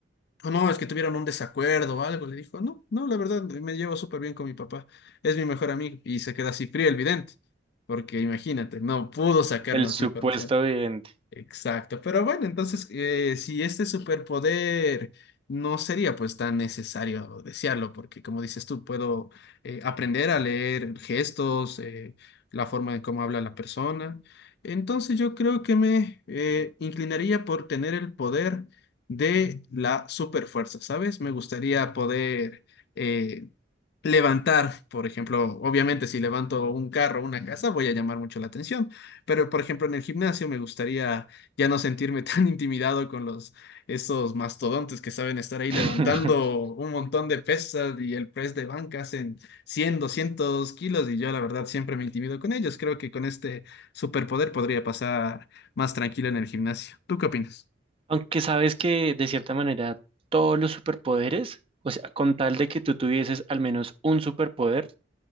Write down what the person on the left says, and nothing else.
O no, es que tuvieron un desacuerdo o algo. Le dijo, no, no, la verdad, me llevo súper bien con mi papá. Es mi mejor amigo. Y se queda así frío el vidente. Porque imagínate, no pudo sacar
más
información.
Exacto, pero bueno, entonces eh, si este superpoder no sería pues tan necesario desearlo, porque como dices tú, puedo eh, aprender a leer gestos, eh, la forma en cómo habla la persona. Entonces yo creo que me eh, inclinaría por tener el poder de la superfuerza, ¿sabes? Me gustaría poder eh, levantar, por ejemplo, obviamente si levanto un carro o una casa, voy a llamar mucho la atención, pero por ejemplo en el gimnasio me gustaría ya no sentirme tan <laughs> intimidado con los esos mastodontes que saben estar ahí
levantando un montón de pesas y el press de banca hacen 100, 200 kilos y yo la verdad siempre me intimido con ellos. Creo que con este superpoder podría pasar más tranquilo en el gimnasio. ¿Tú qué opinas?